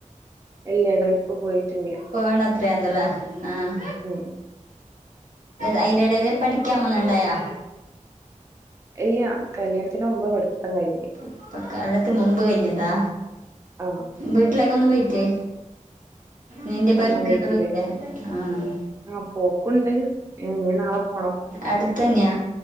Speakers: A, on the right; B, on the right.
A: ഇല്ലടോ ഇപ്പ പോയിട്ടില്ല.
B: പോണത്ര എന്തല്ലേ ആഹ്
A: ഉം.
B: അതിന്റെ ഇടയിൽ പഠിക്കാമന്ന ഉണ്ടായോ..
A: ഇല്ലയാ കല്യാണത്തിന് മുമ്പ് പഠിത്തം കഴിഞ്ഞേ..
B: ഇപ്പൊ കല്യണത്ത് മുമ്പ് കഴിഞ്ഞതാ.
A: ആഹ്
B: വീട്ടിലൊക്കെ ഒന്ന് പോയിട്ടേ നിന്റെ പെരക്ക
A: ആഹ് വീട്ടില്
B: ഒന്നും പോയിലെ ആഹ്..
A: ആഹ് പോക്കുണ്ട് ഇ നാളെ പോണം.
B: അടുത്തന്നെയാ